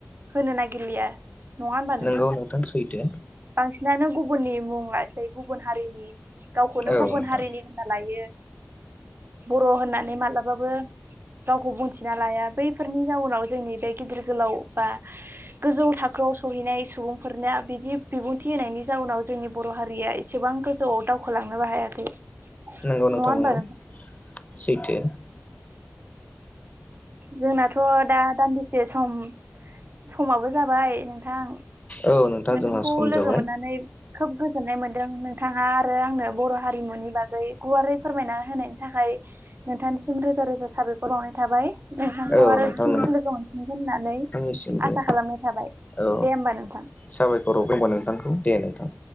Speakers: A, on the right (about 60°); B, on the left (about 35°).
A: होनो नागिरलिया नङा होनबा
B: नंगौ नोंथां सैथो
A: बांसिनानो गुबुननि मुं लासै गुबुन हारिनि गावखौनो
B: औ
A: गुबुन
B: नोंथां
A: हारिनि होनना लायो बर' होननानै मालाबाबो गावखौ बुंथिना लाया बैफोरनि जाउनाव जोंनि बे गिदिर गोलाव बा गोजौ थाखोआव सहैनाय सुबुंफोरना बिदि बिबुंथि होनायनि जाउनाव जोंनि बर' हारिया एसेबां गोजौआव दावखोलांनोबो हायाखै
B: नंगौ नोंथां
A: नङा होनबा
B: नंगौ सैथो
A: जोंनाथ' दा दान्दिसे सम समाबो जाबाय नोंथां
B: औ नोंथां
A: नोंथांखौ
B: जोंहा सम
A: लोगो
B: जाबाय
A: मोननानै खोब गोजोननाय मोनदों नोंथांङा आरो आंनो बर' हारिमुनि बागै गुवारै फोरमायना होनायनि थाखाय नोंथांनिसिम रोजा रोजा साबायखर बावनाय थाबाय नोंथांखौ
B: औ
A: आरो
B: नोंथां
A: फिन लोगो मोनफिनगोन होननानै
B: नोंथांनिसिमबो
A: आसा खालामनाय थाबाय
B: औ
A: दे होमबा नोंथां
B: साबायखर नोंथांखौ दे नोंथां